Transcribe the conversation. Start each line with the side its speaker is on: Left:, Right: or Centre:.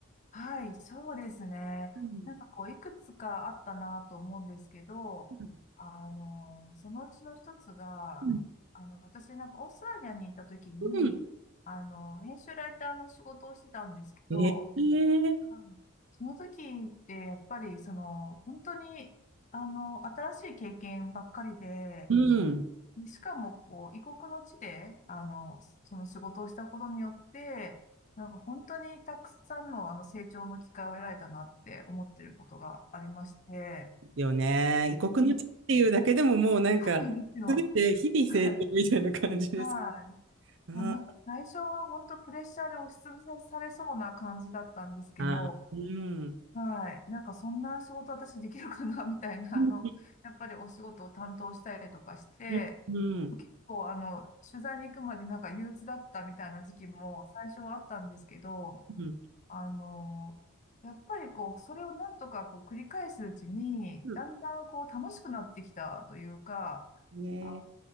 Left: はい、そうですね。
Right: うん
Left: なんかこう、いくつかあったなと思うんですけど、
Right: うん
Left: あの、そのうちの一つが、
Right: う
Left: あの、私なんかオーストラリアにいた時に、
Right: ん。
Left: あの、編集ライターの仕事をしてたんですけど、
Right: ええ
Left: うんその時ってやっぱりその、本当に、あの、新しい経験ばっかりで、
Right: うん。
Left: しかも、こう、異国の地で、あの、その仕事をしたことによって、なんか本当にたくさんの、あの、成長の機会を得られたなって思ってることがありまして、はい。
Right: よね。異国の地っていうだけでももうなんか、
Left: そうなんですよ。
Right: すべて日々成長みたいな感じです。
Left: はい。はい。
Right: うん。
Left: もうなんか最初は本当プレッシャーで押しつぶされそうな感じだったんですけど、
Right: あーうん。
Left: はい。なんかそんな仕事私できるかなみたいな、
Right: うん。
Left: あの、やっぱりお仕事を担当したりとかして、
Right: うん。うん。
Left: 構、あの、取材に行くまでなんか憂鬱だったみたいな時期も最初はあったんですけど、
Right: うん。
Left: あの、やっぱりこう、それをなんとかこう繰り返すうちに、
Right: うん
Left: だんだんこう楽しくなってきたというか、
Right: ね
Left: あ、